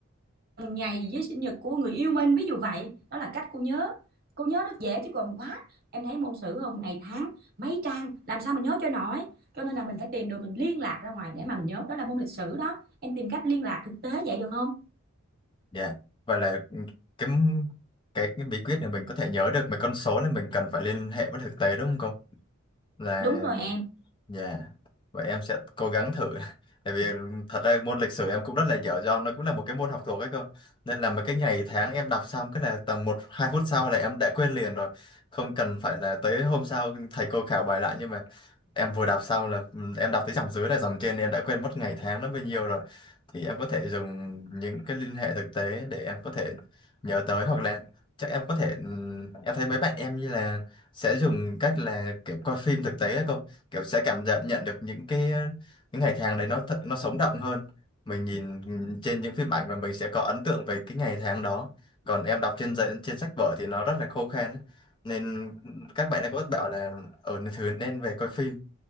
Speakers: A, on the right (about 45°); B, on the left (about 25°).
A: ngày với sinh nhật của người yêu mình ví dụ vậy đó là cách cô nhớ cô nhớ rất dễ chứ còn quá em thấy môn sử không ngày tháng mấy trang làm sao mình nhớ cho nổi cho nên là mình phải tìm đồ mình liên lạc ra ngoài để mà mình nhớ đó là môn lịch sử đó em tìm cách liên lạc thực tế vậy được không
B: dạ và là ừ, cái cái cái bí quyết để mình có thể nhớ được mấy con số là mình cần phải liên hệ với thực tế đúng không cô là
A: đúng rồi
B: ừ,
A: em
B: Yeah. Vậy em sẽ cố gắng thử. <laughs> Tại vì thật ra môn lịch sử em cũng rất là dở do nó cũng là một cái môn học thuộc ấy cơ. Nên là mấy cái ngày tháng em đọc xong cái là tầm một 2 phút sau là em đã quên liền rồi. Không cần phải là tới hôm sau thầy cô khảo bài lại nhưng mà em vừa đọc xong là ừ, em đọc tới dòng dưới là dòng trên em đã quên mất ngày tháng nó bao nhiêu rồi. Thì em có thể dùng những cái liên hệ thực tế để em có thể nhớ tới hoặc là chắc em có thể ừ, em thấy mấy bạn em như là sẽ dùng cách là kiểu coi phim thực tế ấy cơ kiểu sẽ cảm nhận nhận được những cái ờ, những ngày tháng đấy nó thật nó sống động hơn mình nhìn trên những phim ảnh và mình sẽ có ấn tượng về cái ngày tháng đó còn em đọc trên giấy trên sách vở thì nó rất là khô khan ấy. nên các bạn ấy có bảo là ở thứ nên về coi phim